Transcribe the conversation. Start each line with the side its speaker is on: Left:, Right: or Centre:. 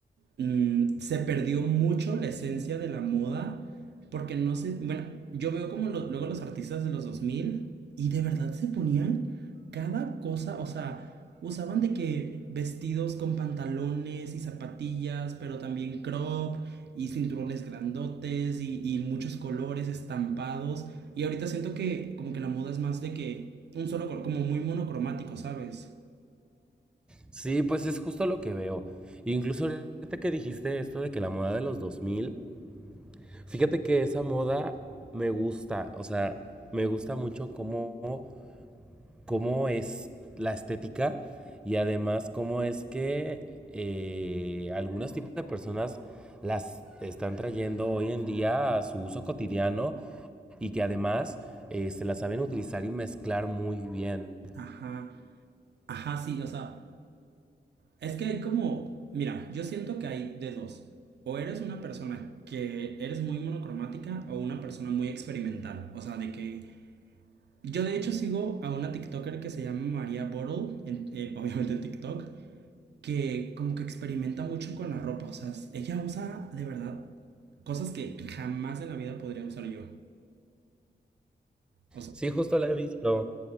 Right: mm, se perdió mucho la esencia de la moda porque no sé, bueno, yo veo como lo- luego los artistas de los 2000 y de verdad se ponían cada cosa, o sea, usaban de que vestidos con pantalones y zapatillas, pero también crop y cinturones grandotes y, y muchos colores estampados. Y ahorita siento que como que la moda es más de que un solo color, como muy monocromático, ¿sabes?
Centre: Sí, pues es justo lo que veo. Incluso ahorita que dijiste esto de que la moda de los 2000, fíjate que esa moda me gusta, o sea, me gusta mucho cómo cómo es la estética y además cómo es que eh, algunos tipos de personas las están trayendo hoy en día a su uso cotidiano y que además eh, se las saben utilizar y mezclar muy bien.
Right: Ajá, ajá, sí, o sea, Es que hay como, mira, yo siento que hay de dos. O eres una persona que eres muy monocromática o una persona muy experimental. O sea, de que yo de hecho sigo a una TikToker que se llama María Bottle, en- eh, <laughs> obviamente en TikTok, que como que experimenta mucho con la ropa. O sea, ella usa de verdad cosas que jamás en la vida podría usar yo. O sea,
Centre: Sí, justo la he visto.